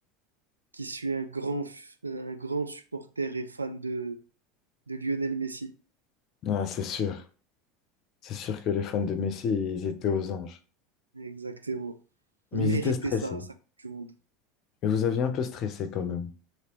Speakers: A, on the right; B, on the left.
A: qui suis un grand, f- un grand supporter et fan de, de Lionel Messi.
B: Ah, c'est sûr. C'est sûr que les fans de Messi, ils étaient aux anges.
A: Exactement.
B: Mais
A: Il méritait
B: ils étaient stressés.
A: ça, ça Coupe du Monde.
B: Mais vous aviez un peu stressé quand même,